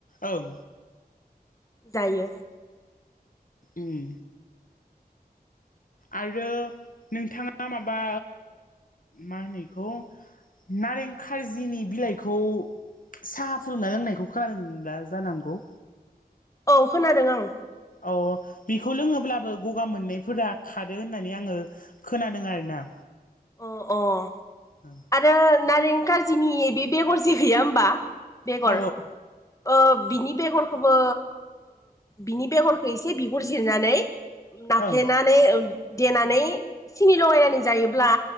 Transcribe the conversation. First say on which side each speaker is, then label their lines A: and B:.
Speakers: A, on the left; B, on the left.
A: ओं
B: जायो
A: उम आरो नोंथाङा माबा मा होनो बेखौ नारें खारजिनि बिलाइखौ साहा फुदोंना लोंनायखौ खोमादोंब्ला जानांगौ
B: औ खोनादों आं
A: अ बेखौ लोङोब्लाबो गगा मोननैफोरा खारो होननानै आङो खोनादों आरोना
B: अ अ
A: ओ
B: आरो नारें कारजिनि बे बेगर जे गैया होमबा बेगर
A: औ
B: ओ बिनि बेगरखौबो बिनि बेगरखौ एसे बिगुर जिरनानै नाफ्लेनानै
A: ओं
B: देनानै सिनि लगायनानै जायोब्ला